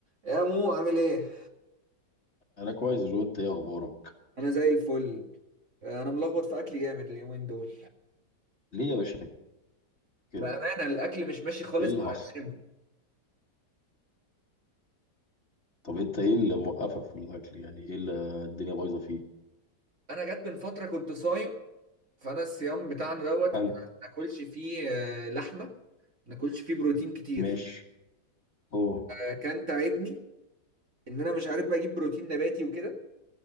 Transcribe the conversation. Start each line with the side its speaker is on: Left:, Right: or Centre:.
Right: يا مو عامل ايه؟
Left: انا كويس يا جو انت ايه اخبارك
Right: انا زي الفل انا ملخبط في اكلي جامد اليومين دول
Left: ليه يا باشا كده
Right: بامانه الاكل مش ماشي خالص
Left: ايه اللي
Right: مع
Left: حصل
Right: الجيم
Left: طب انت ايه اللي موقفك في الاكل يعني ايه اللي الدنيا بايظه فيه
Right: انا جت من فتره كنت صايم فانا الصيام بتاعنا دوت
Left: حلو
Right: ما ناكلش فيه آه، لحمه ما ناكلش فيه بروتين كتير
Left: ماشي اوه
Right: آه، كان تعبني ان انا مش عارف بقى اجيب بروتين نباتي وكده